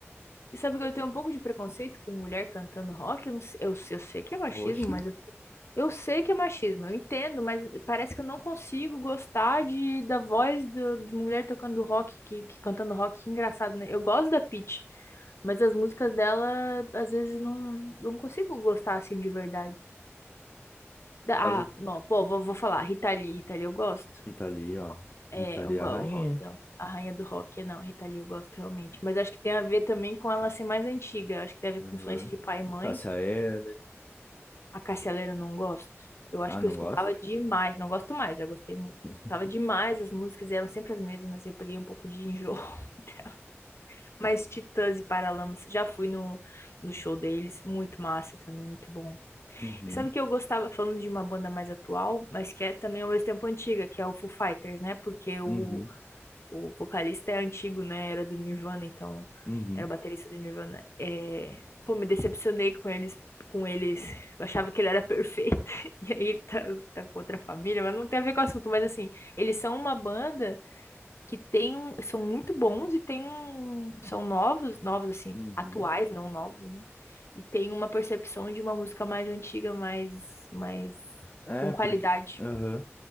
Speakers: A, on the left; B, on the left.
A: Você sabe que eu tenho um pouco de preconceito com mulher cantando rock? Eu, não sei, eu, sei- eu sei que é machismo,
B: Oxi,
A: mas eu, eu sei que é machismo, eu entendo, mas parece que eu não consigo gostar de, da voz do- de mulher tocando rock, que, que cantando rock, que engraçado, né? Eu gosto da Pitty, mas as músicas dela, às vezes, não, não consigo gostar assim de verdade. Da-
B: por causa,
A: Ah, bom, pô, vou, vou falar, Rita Lee, Rita Lee eu gosto.
B: Itali, ó.
A: É,
B: Itali,
A: eu, go-
B: é a rainha.
A: o rock dela. A rainha do rock, é não, Rita Lee, eu gosto realmente. Mas acho que tem a ver também com ela ser mais antiga. Acho que tem a ver
B: Aham.
A: com influência de pai e mãe.
B: Cássia Eller.
A: A Cássia Eller eu não gosto. Eu
B: Ah,
A: acho que
B: não
A: eu escutava
B: gosto?
A: demais. Não gosto mais, já gostei muito.
B: <laughs>
A: Escutava demais, as músicas eram sempre as mesmas. E eu peguei um pouco de enjoo <laughs> Mas Titãs e Paralamas, já fui no, no show deles. Muito massa também, muito bom.
B: Uhum,
A: E sabe o que eu gostava, falando de uma banda mais atual, mas que é também ao mesmo tempo antiga, que é o Foo Fighters, né? Porque o
B: uhum,
A: O vocalista é antigo, né? Era do Nirvana, então
B: uhum,
A: era o baterista do Nirvana. É... Pô, me decepcionei com eles, com eles. Eu achava que ele era perfeito. <laughs> E aí ele tá, tá com outra família, mas não tem a ver com o assunto. Mas assim, eles são uma banda que tem um, são muito bons e tem um, são novos, novos assim,
B: uhum.
A: atuais, não novos, né? E tem uma percepção de uma música mais antiga, mais, mais
B: É,
A: com qualidade.
B: porque. Aham.